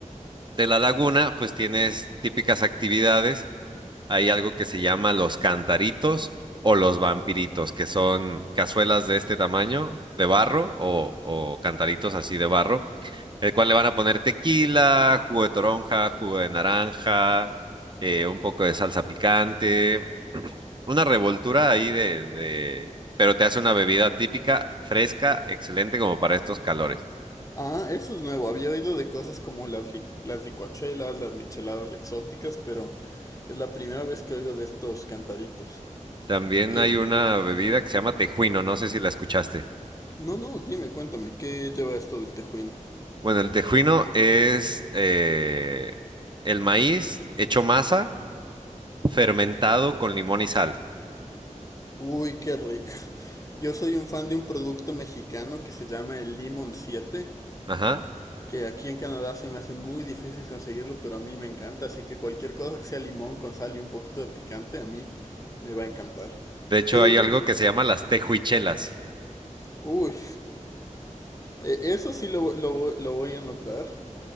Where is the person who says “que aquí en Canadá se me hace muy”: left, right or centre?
Left